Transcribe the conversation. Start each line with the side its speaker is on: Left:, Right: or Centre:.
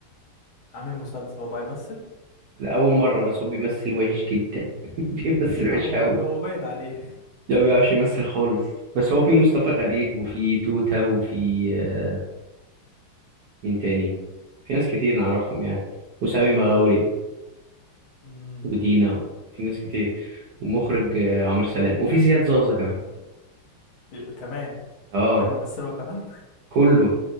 Left: عامل مسلسل هو بقى يمثل
Right: ده أول مرة بس هو بيمثل وحش جدا <laughs> بيمثل
Left: لا
Right: وحش
Left: هو
Right: أوي
Left: بي- هو باين عليه
Right: ده ما بيعرفش يمثل خالص بس هو في مصطفى غريب وفي توتة وفي آه، مين تاني في ناس كتير نعرفهم يعني وسامي مغاوري
Left: <laughs> امم
Right: ودينا وفي ناس كتير ومخرج آه، عمرو سلام وفي زياد زازا كمان
Left: بي- كمان
Right: اه
Left: بقى يمثل هو كمان <laughs>
Right: كله